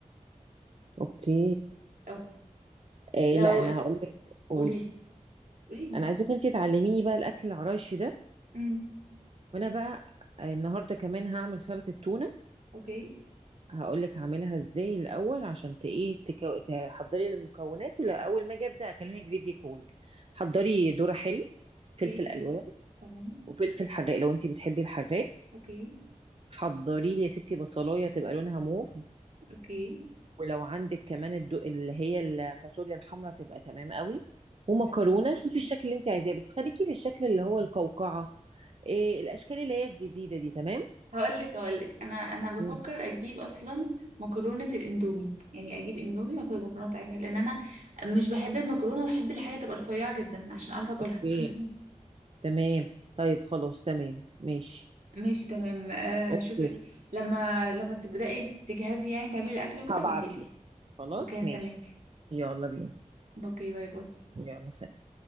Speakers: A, on the right; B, on the right.
A: اوكي
B: اه
A: إيه
B: لو
A: لا انا هقول لك قولي
B: قوليلي قوليلي
A: انا عايزاك انتي تعلميني بقى الاكل العرايشي ده
B: امم
A: وانا بقى آه، النهارده كمان هعمل سلطه التونه
B: اوكي
A: هقول لك هعملها ازاي الاول عشان ت- ايه تكو... تحضري المكونات ولا اول ما اجي ابدا اكلمك فيديو كول حضري ذره حلو
B: اوكي
A: فلفل الوان
B: تمام
A: وفلفل حراق لو انتي بتحبي الحراق
B: اوكي
A: حضري لي يا ستي بصلايه تبقى لونها موف
B: اوكي
A: ولو عندك كمان الدو... اللي هي الفاصوليا الحمراء تبقى تمام قوي ومكرونه
B: تمام
A: شوفي الشكل اللي انت عايزاه بس خليكي في الشكل اللي هو القوقعه إيه الاشكال اللي هي الجديده دي تمام
B: هقول لك هقول لك انا انا بفكر
A: مم.
B: اجيب اصلا مكرونه الاندومي يعني اجيب اندومي واخد المكرونه بتاعتها لان انا مش بحب المكرونه وبحب الحاجه تبقى رفيعه جدا عشان اعرف اكلها
A: اوكي
B: <laughs>
A: تمام طيب خلاص تمام ماشي
B: ماشي تمام آه
A: اوكي
B: شوفي لما لما تبداي تجهزي يعني تعملي الاكل وكده
A: هبعت
B: ابعتيلي
A: لك خلاص
B: اوكي هستناك
A: ماشي يلا بينا
B: اوكي باي باي
A: يلا سلام